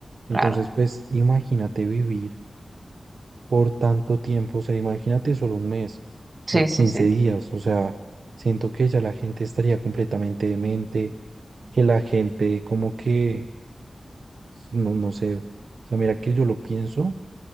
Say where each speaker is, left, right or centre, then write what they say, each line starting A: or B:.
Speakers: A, on the right; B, on the right.
A: Entonces,
B: claro,
A: pues imagínate vivir por tanto tiempo, o sea, imagínate solo un mes, o sea,
B: sí,
A: 15
B: sí, sí.
A: días, o sea, siento que ya la gente estaría completamente demente, que la gente como que, no, no sé, o sea, mira que yo lo pienso